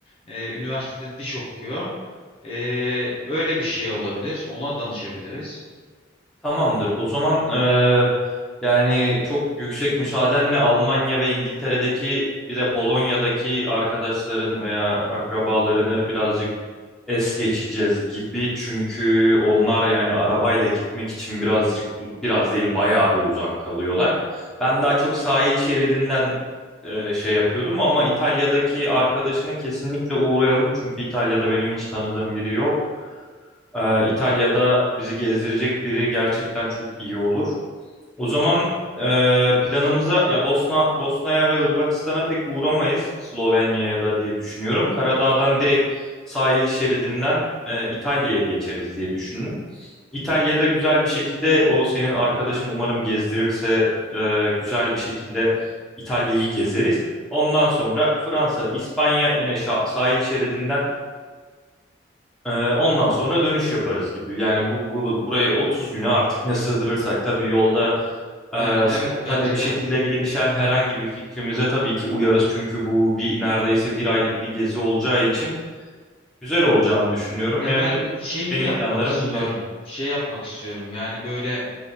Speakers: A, on the left; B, in the centre.
A: E, üniversitede diş okuyor. E, öyle bir şey olabilir. Ona danışabiliriz.
B: Tamamdır. O zaman eee, yani çok yüksek müsaadenle Almanya ve İngiltere'deki bir de Polonya'daki arkadaşların veya akrabalarını birazcık es geçeceğiz gibi. Çünkü onlar yani arabayla gitmek için birazcık biraz değil bayağı bir uzak kalıyorlar. Ben daha çok sahil şeridinden eee, şey yapıyordum ama İtalya'daki arkadaşını kesinlikle uğrayalım. Çünkü İtalya'da benim hiç tanıdığım biri yok. Ee, İtalya'da bizi gezdirecek biri gerçekten çok iyi olur. O zaman e, planımıza ya Bosna Bosna'ya ve Hırvatistan'a pek uğramayız. Slovenya'ya da diye düşünüyorum. Karadağ'dan direkt sahil şeridinden e, İtalya'ya geçeriz diye düşündüm. İtalya'da güzel bir şekilde o senin arkadaşın umarım gezdirirse e, güzel bir şekilde İtalya'yı gezeriz. Ondan sonra Fransa, İspanya yine şa- sahil şeridinden ee, ondan sonra dönüş yaparız gibi. Yani bu, bu buraya 30 güne artık ne sığdırırsak tabii yolda e,
A: Yani evet
B: spontane
A: bence
B: bir şekilde
A: de.
B: gelişen herhangi bir fikrimize tabii ki uyarız. Çünkü bu bir neredeyse bir aylık bir gezi olacağı için güzel olacağını düşünüyorum.
A: Ya
B: Yani
A: ben şeyi
B: benim
A: yapmak
B: planlarım
A: istiyorum.
B: bunlar.
A: Şey yapmak istiyorum. Yani böyle